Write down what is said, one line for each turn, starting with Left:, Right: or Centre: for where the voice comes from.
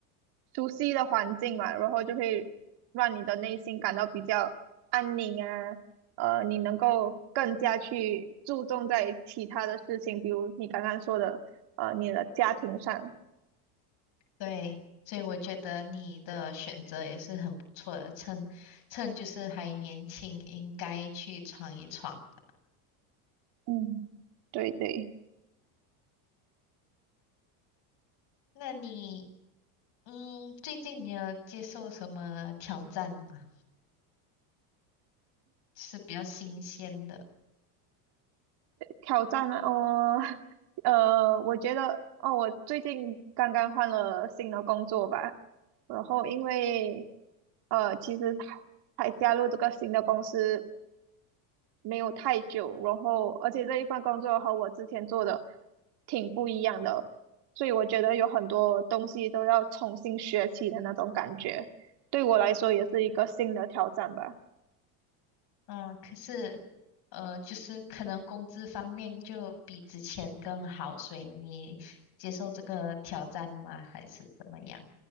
Right: 熟悉的环境嘛，然后就会让你的内心感到比较安宁啊，呃，你能够更加去注重在其他的事情，比如你刚刚说的，呃，你的家庭上。
Left: 对，所以我觉得你的选择也是很不错的，趁趁就是还年轻，应该去闯一闯的。
Right: 嗯，对对。
Left: 那你嗯，最近你有接受什么挑战吗？是比较新鲜的，
Right: 挑战吗？哦，<laughs> 呃，我觉得哦，我最近刚刚换了新的工作吧，然后因为呃，其实才加入这个新的公司没有太久，然后而且这一份工作和我之前做的挺不一样的，所以我觉得有很多东西都要重新学起的那种感觉，对我来说也是一个新的挑战吧。
Left: 嗯，可是呃，就是可能工资方面就比之前更好，所以你接受这个挑战吗？还是怎么样？